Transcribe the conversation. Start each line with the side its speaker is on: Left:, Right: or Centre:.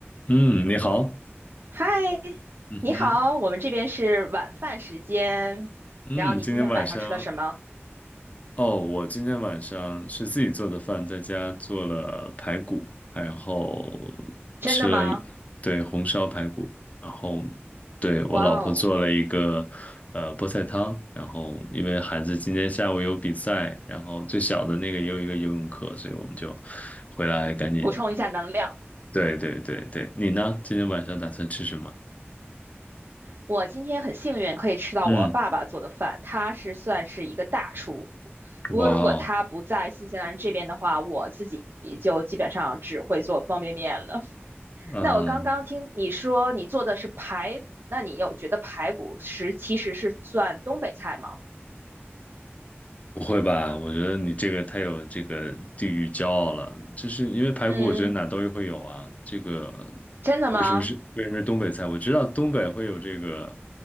Left: 嗯，你好，
Right: 嗨，
Left: 嗯哼，
Right: 你好，我们这边是晚饭时间。
Left: 嗯，
Right: 然后你今天晚上吃了什么？
Left: 今天晚上，哦，我今天晚上是自己做的饭，在家做了排骨，然后
Right: 真的吗？
Left: 吃了一，对，红烧排骨，然后对，我老婆做了一个呃菠菜汤，
Right: 哇哦，
Left: 然后因为孩子今天下午有比赛，然后最小的那个也有一个游泳课，所以我们就回来赶紧，
Right: 补充一下能量。
Left: 对对对对，你呢？今天晚上打算吃什么？
Right: 我今天很幸运可以吃到我爸爸做的饭，
Left: 嗯，
Right: 他是算是一个大厨。不过如果他不在新西兰这边的话，
Left: 哇哦，
Right: 我自己就基本上只会做方便面了。<laughs>
Left: 嗯。
Right: 那我刚刚听你说你做的是排骨，那你有觉得排骨是其实是算东北菜吗？
Left: 不会吧？我觉得你这个太有这个地域骄傲了，就是因为排骨，
Right: 嗯，
Left: 我觉得哪都会有啊。这个
Right: 真的吗？
Left: 为什么是为什么是东北菜？我知道东北会有这个，